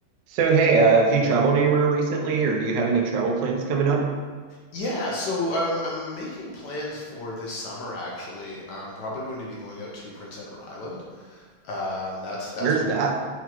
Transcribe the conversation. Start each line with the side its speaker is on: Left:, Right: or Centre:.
Right: So, hey, uh, have you traveled anywhere recently, or do you have any travel plans coming up?
Left: Yeah, so um, I'm making plans for this summer actually. I'm probably going to be going out to Prince Edward Island. Um, that's that's
Right: Where's
Left: what I'm
Right: that?
Left: looking.